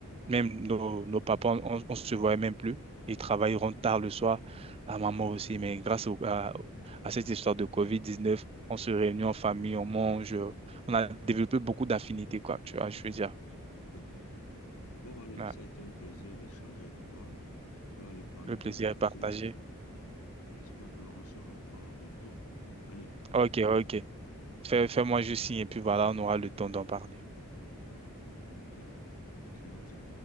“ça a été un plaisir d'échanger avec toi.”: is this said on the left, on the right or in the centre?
Left